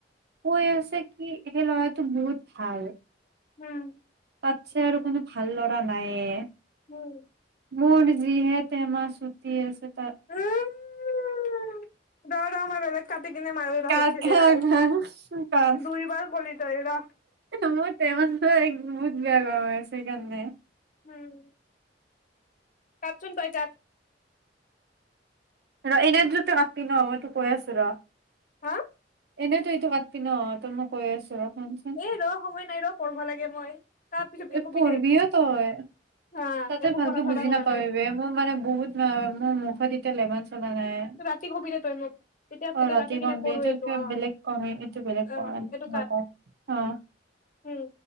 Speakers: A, on the right; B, on the left.
A: কৈ আছে কি? সেই ল'ৰাটো বহুত ভাল।
B: উম।
A: তাতছে আৰু কোনো ভাল ল'ৰা নায়েই।
B: উম।
A: মোৰ যিহে তেমা চুতি আছে তাৰ
B: উম, ৰ, ৰ, মই বেলেগ কাটি কিনে মাৰো ৰহ
A: কাৰ
B: <unintelligible>
A: কাৰ
B: দে আৰু
A: কাৰ কাৰ
B: দুই বাৰ ক'লি তই ৰহ।
A: মোৰ টেমা বহুত বেয়া গৰম হৈ আছে, সেইকাৰণে
B: উম। কাটচোন তই কাট।
A: ৰ এনে দ্ৰুতে কাটি ন মই তোক কৈ আছো ৰ।
B: হা?
A: এনেই তই এইটো কাতবি ন? তই মই কৈ আছো ৰ। শুনচোন
B: এ ৰ সময় নাই ৰ পঢ়িব লাগে মই। কাট পিছতকে
A: এ
B: কবি
A: পঢ়বিও
B: দে
A: তই,
B: হা
A: তাতে
B: একো
A: ভালকে
B: পঢ়া চঢ়া
A: বুজি
B: হোৱা
A: নাপাবিবি
B: নাই
A: বে মোৰ মানে বহুত আহ উম <unintelligible> <unintelligible> নাই
B: ৰাতি কবি দে তই মোক এতিয়া এতিয়া
A: অ ৰাতি
B: কাটি কিনে
A: কম দে
B: কৰো
A: এইটো কিবা
B: অ
A: বেলেগ কমেই এইটো বেলেগ
B: অ
A: কম
B: এইটো
A: নকও
B: কাট
A: অ
B: উম